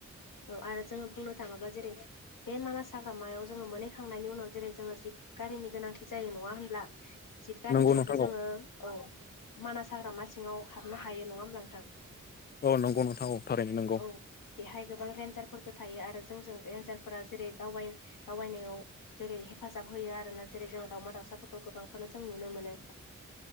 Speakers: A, on the left; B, on the left.
A: औ आरो जोङो बुंनो थाङोब्ला जेरै बे मानास हाग्रामायाव जोङो मोनहैखांनायनि उनाव जेरै जोङो जिप गारिनि गोनांथि जायो। नङा होनब्ला? जिबगारिजोंसो
B: नंगौ नोंथां
A: जोङो
B: औ
A: औ मानास हाग्रामा सिङाव हाबनो हायो नङा होमब्ला नोंथां
B: औ नंगौ नोंथां औ थारैनो नंगौ
A: औ बेहाय गोबां रेन्जारफोरबो थायो आरो जोंजों रेनन्जारफोरा जेरै दावबाय दावबायनायाव जेरै हेफाजाब होयो आरोोना जेरै जों दाावमा दाउसाफोरखौ गोबांखौनो जों नुनो मोनो